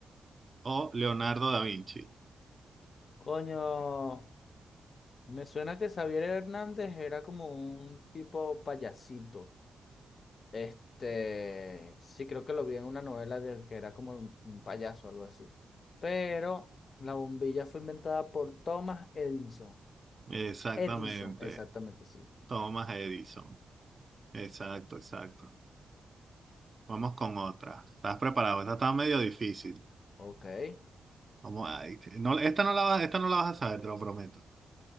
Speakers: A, on the right (about 40°); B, on the left (about 55°).
A: o Leonardo da Vinci.
B: Coño, me suena que Xavier Hernández era como un tipo payasito. Este, sí, creo que lo vi en una novela de que era como un, un payaso o algo así. Pero la bombilla fue inventada por Thomas Edison.
A: Exactamente,
B: Edison, exactamente, sí.
A: Thomas Edison. Exacto, exacto. Vamos con otra. ¿Estás preparado? Esta está medio difícil.
B: Ok, ve-
A: Vamos a, no, esta no la vas, esta no la vas a saber, te lo prometo.